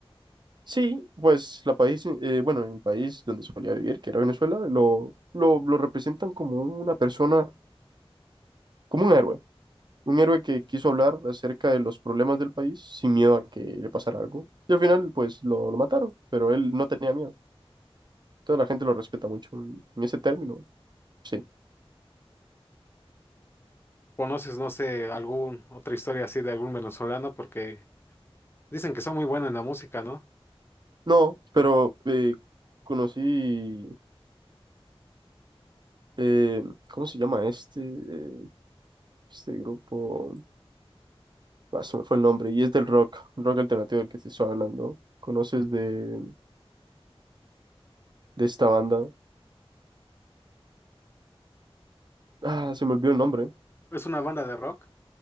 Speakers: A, on the right; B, on the left.
A: Sí, pues la país, eh, bueno, en el país donde solía vivir, que era Venezuela, lo, lo, lo representan como una persona, como un héroe. Un héroe que quiso hablar acerca de los problemas del país sin miedo a que le pasara algo. Y al final, pues lo, lo mataron, pero él no tenía miedo. toda la gente lo respeta mucho en en ese término, sí.
B: ¿Conoces, no sé, algún otra historia así de algún venezolano? Porque dicen que son muy buenos en la música, ¿no?
A: No, pero eh, conocí, eh, ¿cómo se llama este? eh, este grupo, ah, se me fue el nombre, y es del rock, rock alternativo del que te estoy hablando. ¿Conoces de, de esta banda? Ah, se me olvidó el nombre.
B: Es una banda de rock,